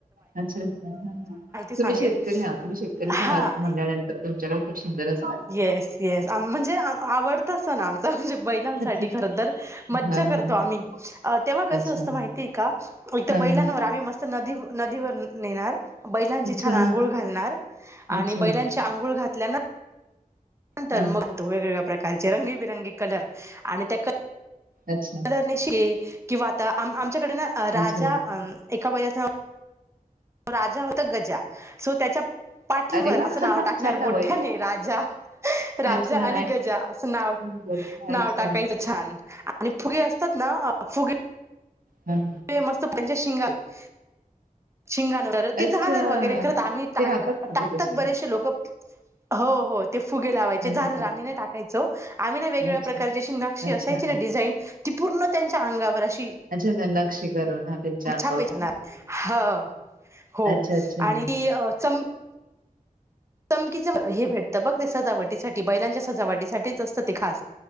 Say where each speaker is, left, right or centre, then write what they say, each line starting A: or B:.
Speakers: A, on the right; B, on the right.
A: अच्छा अच्छा ह
B: सांगेल
A: तुम्ही शेतकरी आहात तुम्ही शेतकरीच आहात
B: हा
A: म्हणल्यानंतर तुमच्याकडे खूप सुंदर अस
B: येस येस म्हणजे आवडतस ना आमच म्हणजे बैलांसाठी
A: अच्छा.
B: खर तरर
A: हां,
B: मज्जा करतो
A: हां, हां.
B: आम्ही तेव्हा कसं
A: अच्छा.
B: असतं माहितीय का इथ
A: हां,
B: बैलांवर
A: हां.
B: आम्ही मस्त नदी नदीवर नेणार बैलांची
A: अच्छा.
B: छान आंघोळ घालणार
A: अच्छा.
B: आणि बैलांच्या आंघोळ घातल्या ना नंतर
A: हां,
B: म्हणतो
A: हां.
B: वेगवेगळ्या प्रकारचे रंगीबिरंगी कलर आणि त्या
A: अच्छा.
B: धरणेशी किंवा आताम आमच्याकडेन राजा
A: अच्छा, अच्छा.
B: अं एका वच राजा होता गजा सो त्याच्या पाठीवर
A: अरे वाह!
B: असं नाव टाकणार
A: छान नाव
B: मोठ्याने
A: आहे.
B: राजा राजा
A: अच्छा
B: आणि गजा असं नाव
A: गजा
B: नाव
A: अच्छा.
B: टाकायचं छान आणि फुगे असतात ना फुगे
A: हम
B: मस्त त्यांच्या शिंगात शिंगांणवर तर ती
A: अच्छा.
B: झालर वगैरे खरंतर आम्ही टाकत
A: ते राहतात फुगे
B: टाकतात
A: तसे.
B: बरेशे लोकं हो हो ते फुगे लावायचे
A: हां,
B: झालर
A: हां, हां.
B: आम्ही नाही टाकायचो आम्ही ना वेगवेगळ्या
A: अच्छा.
B: प्रकारची अशी नक्षी
A: अच्छा.
B: असायची ना डिझाईन ती पूर्ण त्यांच्या अंगावर अशी
A: अच्छा त्या नक्षी करून हां, त्यांच्या अंगावर
B: छापेच ना हो हो
A: अच्छा, अच्छा.
B: आणि ती अ चम चमकीचं हे भेटतं बघ ते सजावटीसाठी बैलांच्या सजावटीसाठीच असतं ते खास